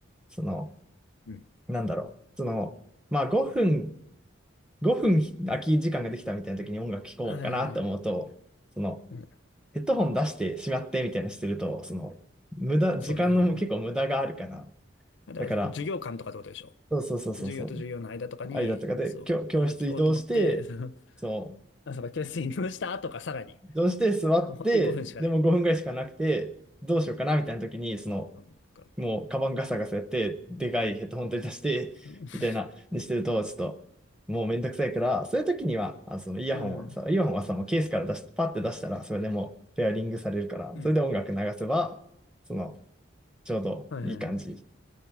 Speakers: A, in the centre; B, on the left.
A: その、
B: うん。
A: なんだろう、その、まあ5分5分空き時間ができたみたいな時に音楽聴こうかなって思うと、
B: はいはいはい。
A: その、
B: うん。
A: ヘッドホン出してしまってみたいなのしてると、その、無駄、時間の結構無駄があるから、
B: そうね、はいはい。だから、
A: だから、
B: 授業観とかってことでしょ
A: そうそうそうそうそう、
B: 授業と授業の間とかに、
A: 間とかで、
B: そう、
A: 教、教室移動して、
B: 音楽聴こうと思って、<laughs> その
A: そ
B: あ、そうか、教室に移動したとかさらに、
A: う、移動して座って、
B: 本当に5分しかない。
A: でも5分ぐらいしかなくて、どうしようかなみたいな時に、その、
B: なんか、
A: もう、カバンガサガサやって、でかいヘッドホン取り出して、
B: <laughs>
A: みたいな、にしてると、ちょっと、もうめんどくさいから、そういう時には、あ、そのイヤホンをさ、
B: うん、
A: イヤホンはさ、もうケースから出し、パッて出したら、それでもう、ペアリングされるから、
B: うん。
A: それで音楽流せば、その、ちょうどいい感じ。
B: はいはいはい。